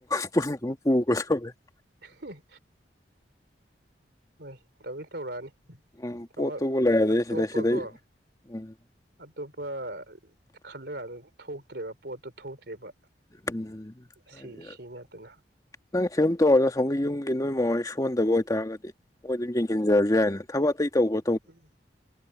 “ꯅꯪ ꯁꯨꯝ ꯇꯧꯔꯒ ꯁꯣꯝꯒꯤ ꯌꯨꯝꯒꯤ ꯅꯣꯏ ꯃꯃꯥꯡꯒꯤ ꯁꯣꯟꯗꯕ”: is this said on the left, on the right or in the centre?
Left